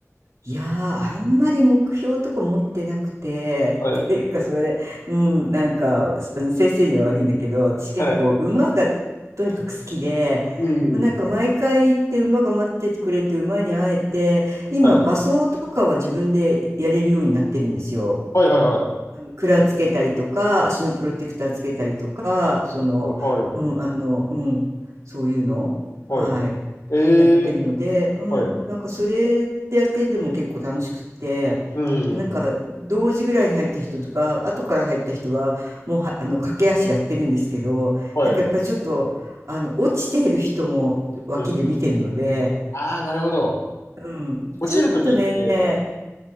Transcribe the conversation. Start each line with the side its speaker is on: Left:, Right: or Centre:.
Right: いやー、あんまり目標とか持ってなくて、
Left: はい。
Right: <laughs> っていうかそれ、うん、なんか、すあの先生には悪いんだけど、私結構馬がとにかく好きで、
Left: はい。うん。
Right: もうなんか毎回行って馬が待っててくれて馬に会えて、今馬装とかは自分でやれるようになってるんですよ。
Left: はい。はいはいはい。
Right: あの、鞍つけたりとか、足のプロテクターつけたりとか、その、
Left: はい。
Right: うん、あの、うん、そういうの。
Left: はい。
Right: はい。
Left: え
Right: やってるので、
Left: え
Right: うん、
Left: はい。
Right: なんかそれだけでも結構楽しくって、
Left: うん。
Right: なんか同時ぐらいに入った人とか、後から入った人がもうは、あの駆け足やってるんですけど、
Left: はい。
Right: なんかやっぱりちょっと、あの落ちている人も脇で見てるので、
Left: うん。ああ、なるほど。
Right: うん、
Left: 落ちるときって、
Right: ちょっとね、